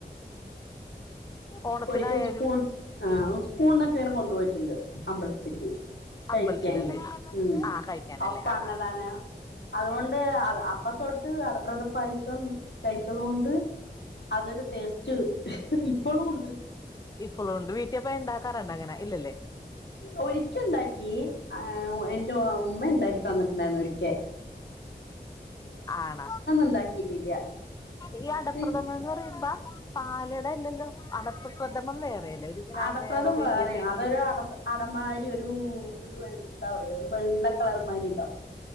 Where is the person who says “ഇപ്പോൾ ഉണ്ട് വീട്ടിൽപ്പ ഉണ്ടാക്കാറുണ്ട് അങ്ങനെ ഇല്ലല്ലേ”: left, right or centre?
Left